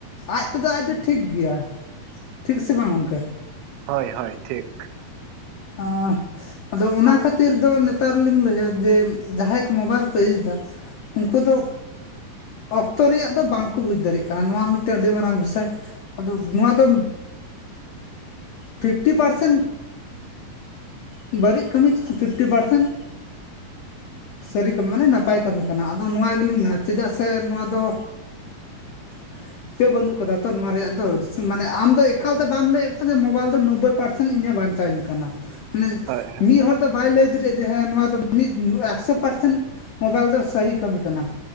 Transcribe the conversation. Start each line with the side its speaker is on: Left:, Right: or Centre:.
Left: ᱟᱡ ᱛᱮᱫᱚ ᱟᱡ ᱫᱚ ᱴᱷᱤᱠ ᱜᱮᱭᱟ ᱴᱷᱤᱠ ᱥᱮ ᱵᱟᱝ ᱜᱚᱢᱠᱮ
Right: ᱦᱳᱭ ᱦᱳᱭ ᱴᱷᱤᱠ
Left: ᱚ ᱟᱫᱚ ᱚᱱᱟ ᱠᱷᱟᱹᱛᱤᱨ ᱫᱚ ᱱᱮᱛᱟᱨ ᱞᱤᱧ ᱞᱟᱹᱭᱟ ᱡᱮ ᱡᱟᱦᱟᱸᱭ ᱠᱚ ᱢᱳᱵᱟᱭᱤᱞ ᱠᱚ ᱤᱭᱩᱡᱽ ᱫᱟ ᱩᱱᱠᱩ ᱫᱚ ᱚᱠᱛᱚ ᱨᱮᱭᱟᱜ ᱫᱚ ᱵᱟᱝᱠᱚ ᱵᱩᱡᱽ ᱫᱟᱲᱮᱭᱟᱜ ᱠᱟᱱᱟ ᱱᱚᱣᱟ ᱢᱤᱫᱴᱮᱱ ᱟᱹᱰᱤ ᱢᱟᱨᱟᱝ ᱵᱤᱥᱚᱭ ᱟᱫᱚ ᱱᱚᱣᱟ ᱫᱚ ᱯᱷᱤᱯᱴᱤ ᱯᱟᱨᱥᱮᱱ ᱩᱸ ᱵᱟᱹᱲᱤᱡ ᱠᱟᱹᱢᱤ ᱠᱟᱱᱟ ᱯᱷᱤᱯᱴᱤ ᱯᱟᱨᱥᱮᱱᱴ ᱥᱟᱹᱨᱤ ᱠᱟᱹᱢᱤ ᱢᱟᱱᱮ ᱱᱟᱯᱟᱭ ᱠᱟᱹᱢᱤ ᱠᱟᱱᱟ ᱟᱫᱚ ᱱᱚᱣᱟ ᱜᱮᱞᱤᱧ ᱢᱮᱱᱟ ᱪᱮᱫᱟᱜ ᱥᱮ ᱱᱚᱣᱟ ᱫᱚ <inaudible> ᱤᱭᱟᱹ ᱵᱟᱹᱱᱩᱜ ᱟᱠᱟᱫᱟ ᱛᱚ ᱱᱚᱣᱟ ᱨᱮᱭᱟᱜ ᱫᱚ ᱢᱟᱱᱮ ᱟᱢ ᱫᱚ ᱮᱠᱟᱞᱛᱮ ᱵᱟᱢ ᱞᱟᱹᱭᱟᱫ ᱠᱚᱣᱟ ᱡᱮ ᱢᱳᱵᱟᱭᱤᱞ ᱫᱚ ᱱᱚᱵᱽᱵᱳ ᱯᱟᱨᱥᱮᱱ ᱤᱧᱮ ᱵᱟᱧᱪᱟᱣᱤᱧ ᱠᱟᱱᱟ ᱢᱟᱱᱮ
Right: ᱦᱳᱭ
Left: ᱢᱤᱫ ᱦᱚᱲ ᱫᱚ ᱵᱟᱭ ᱞᱟᱹᱭ ᱫᱟᱲᱮᱭᱟᱜᱼᱟ ᱡᱮ ᱦᱮᱸ ᱱᱚᱣᱟ ᱫᱚ ᱢᱤᱫ ᱧᱼᱟ ᱮᱠᱥᱳ ᱯᱟᱨᱥᱮᱱ ᱢᱳᱵᱟᱭᱤᱞ ᱫᱚ ᱥᱟᱹᱦᱤ ᱠᱟᱹᱢᱤ ᱠᱟᱱᱟ